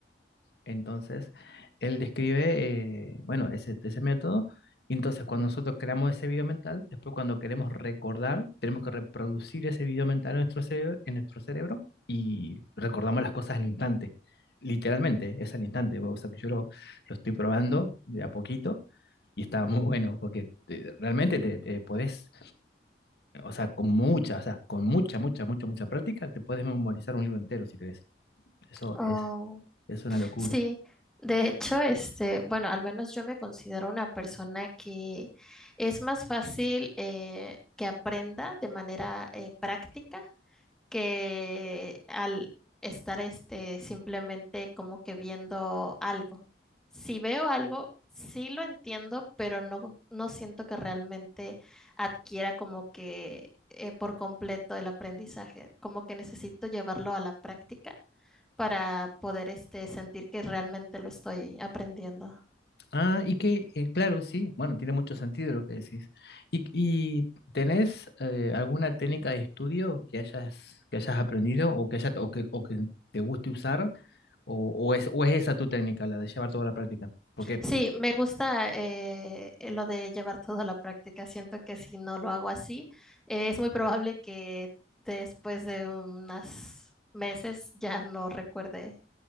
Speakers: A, on the left (about 65°); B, in the centre.
A: Entonces, él describe, eh, bueno, ese, ese método. Y entonces, cuando nosotros creamos ese video mental, después cuando queremos recordar, tenemos que reproducir ese video mental en nuestro cerebro, en nuestro cerebro y recordamos las cosas al instante. Literalmente, es al instante. O sea, que yo lo, lo estoy probando de a poquito y está muy bueno porque te- realmente te, te podés, o sea, con mucha, o sea, con mucha, mucha, mucha, mucha práctica, te puedes memorizar un libro entero si querés. Eso
B: Oh,
A: es, es una locura.
B: sí. De hecho, este, bueno, al menos yo me considero una persona que es más fácil eh, que aprenda de manera eh, práctica que al estar este simplemente como que viendo algo. Si veo algo, sí lo entiendo, pero no, no siento que realmente adquiera como que eh, por completo el aprendizaje. Como que necesito llevarlo a la práctica para poder este sentir que realmente lo estoy aprendiendo.
A: Ah, y que, eh, claro, sí, bueno, tiene mucho sentido lo que decís. ¿Y, y tenés eh, alguna técnica de estudio que hayas, que hayas aprendido o que, haya- o que, o que te guste usar? O, o es, ¿O es esa tu técnica, la de llevar toda la práctica? Porque,
B: Sí, me gusta eh, eh, lo de llevar todo a la práctica. Siento que si no lo hago así, eh, es muy probable que después de unos meses ya no recuerde